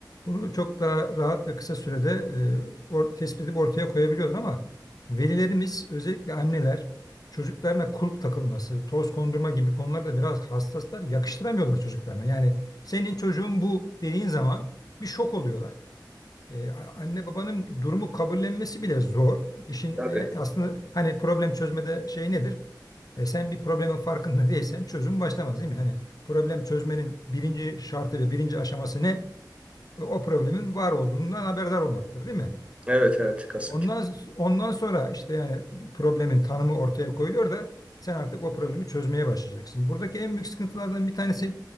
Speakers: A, on the left; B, on the right.
A: bunu çok daha rahat ve kısa sürede e, or- tespit edip ortaya koyabiliyorlar ama velilerimiz özellikle anneler çocuklarına kulp takılması, toz kondurma gibi konularda biraz hassaslar, yakıştıramıyorlar çocuklarına. Yani senin çocuğun bu dediğin zaman bir şok oluyorlar. Ee, anne babanın durumu kabullenmesi bile zor. İşin
B: Tabii.
A: e, aslında hani problem çözmede şey nedir? E, sen bir problemin farkında değilsen çözüm başlamaz değil mi? Hani problem çözmenin birinci şartı ve birinci aşaması ne? O o problemin var olduğundan haberdar olmaktır değil mi?
B: Evet evet kasık.
A: Ondan ondan sonra işte yani problemin tanımı ortaya koyuluyor da sen artık o problemi çözmeye başlayacaksın. Buradaki en büyük sıkıntılardan bir tanesi